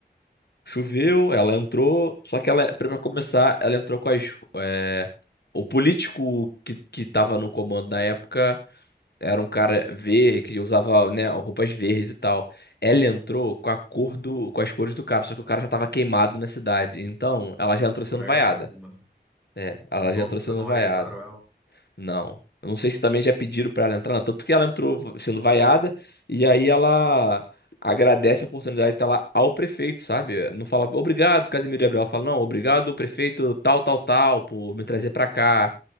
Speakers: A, on the left (about 70°); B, in the centre.
A: Choveu, ela entrou, só que ela, para começar, ela entrou com as, é, o político que, que tava no comando na época Era um cara verde que usava, né, roupas verdes e tal. Ela entrou com a cor
B: hum.
A: do, com as cores do cara, só que o cara já tava queimado na cidade. Então, ela já entrou sendo
B: Credo,
A: vaiada.
B: mano.
A: É, ela
B: Nossa,
A: já entrou sendo
B: não orientaram
A: vaiada.
B: ela.
A: Não. Eu não sei se também já pediram pra ela entrar, não. Tanto que ela entrou v- sendo vaiada e aí ela agradece a oportunidade de estar lá ao prefeito, sabe? Não fala obrigado, Casimiro Gabriel. Ela fala, não, obrigado, prefeito tal, tal, tal, por me trazer
B: É.
A: pra cá.